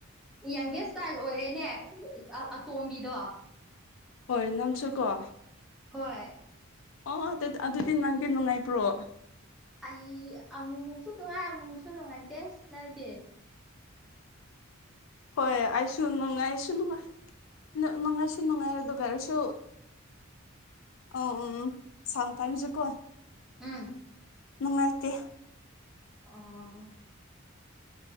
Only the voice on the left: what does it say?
ꯍꯣꯏ ꯅꯪꯁꯨ ꯀꯣ
ꯑꯣ ꯑꯗꯨ ꯑꯗꯨꯗꯤ ꯅꯪꯗꯤ ꯅꯨꯡꯉꯥꯏꯕ꯭ꯔꯣ
ꯍꯣꯏ ꯑꯥꯏꯁꯨ ꯅꯨ ꯅꯨꯡꯉꯥꯏꯁꯨ ꯅꯨꯡꯉꯥꯏ ꯃꯅꯨꯡꯉꯥꯏꯁꯨ ꯅꯨꯡꯉꯥꯏꯔ ꯑꯗꯨꯗꯨ ꯀꯔꯁꯨꯣ ꯑꯧ ꯎꯝ ꯎꯝ ꯁꯝꯇꯥꯏꯝꯁꯨꯀꯣ
ꯅꯨꯡꯉꯥꯏꯇꯦ